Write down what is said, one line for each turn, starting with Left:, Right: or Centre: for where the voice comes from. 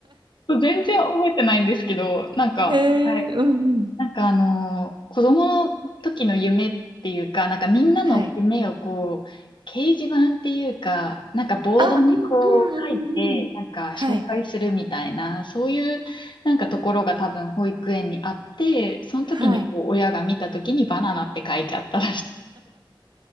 Left: 全然覚えてないんですけど、なんか、
Right: へ
Left: はい。
Right: え、うんうん。
Left: なんかあのー子供の時の夢っていうか、なんかみんなの夢をこう、
Right: はい。
Left: 掲示板っていうか、なんかボードにこう書いて、
Right: あ、うんうんうんうん。
Left: なんか紹介するみたいな、
Right: はい、
Left: そういうなんかところが多分保育園にあって、その時にこう親が見た時にバナナって書いちゃったらしい
Right: はい。